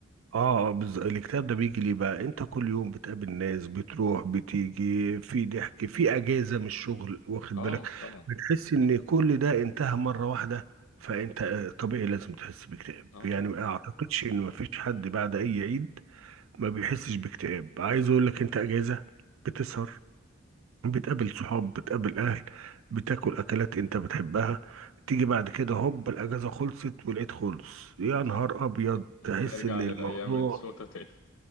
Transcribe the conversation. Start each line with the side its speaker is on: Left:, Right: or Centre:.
Right: اه آه، بالظبط الاكتئاب ده بيجي ليه بقى انت كل يوم بتقابل ناس بتروح بتيجي في ضحك في اجازه من الشغل واخد
Left: اه
Right: بالك
Left: طبعا
Right: بتحس ان كل ده انتهى مره واحده فانت آه، طبيعي لازم تحس باكتئاب
Left: اه
Right: يعني
Left: طبعا
Right: ما اعتقدش ان ما فيش حد بعد اي عيد ما بيحسش باكتئاب عايز اقول لك انت اجازه بتسهر بتقابل صحاب بتقابل اهل بتاكل اكلات انت بتحبها تيجي بعد كده هوب الاجازه خلصت والعيد خلص يا
Left: صح
Right: نهار ابيض تحس
Left: نرجع
Right: ان
Left: للأيام
Right: الموضوع
Left: السودة تاني